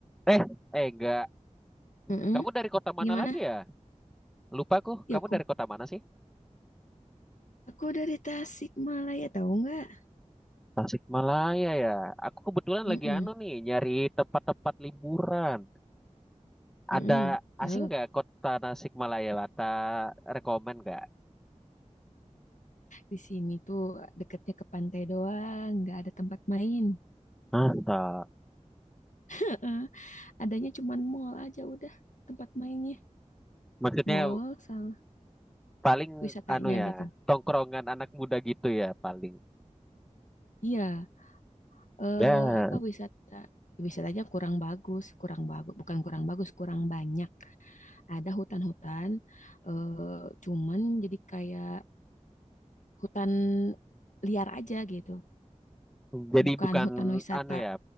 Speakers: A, in the centre; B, on the left.
A: Eh, eh enggak.
B: Mm-mm.
A: Kamu dari kota mana
B: Gimana?
A: lagi ya? Lupa aku,
B: Ya
A: kamu
B: aku
A: dari kota mana sih?
B: aku dari Tasikmalaya tahu nggak?
A: Tasikmalaya ya. Aku kebetulan
B: Mm-mm.
A: lagi anu nih, nyari tempat-tempat liburan.
B: Mm-mm.
A: Ada
B: Yo,
A: asing nggak kota Tasikmalaya? Ada rekomen nggak?
B: di sini tuh deketnya ke pantai doang, nggak ada tempat main.
A: Masa?
B: Heeh, Adanya cuman mall aja udah tempat mainnya.
A: Maksudnya
B: Mall sama
A: paling
B: wisatanya
A: anu ya,
B: gitu.
A: tongkrongan anak muda gitu ya paling.
B: Iya, eh
A: Ya,
B: apa wisata wisatanya kurang bagus, kurang bagus, bukan kurang bagus, kurang banyak. Ada hutan-hutan, eh cuman jadi kayak hutan liar aja gitu.
A: jadi
B: bukan
A: bukan
B: hutan wisata.
A: anu ya,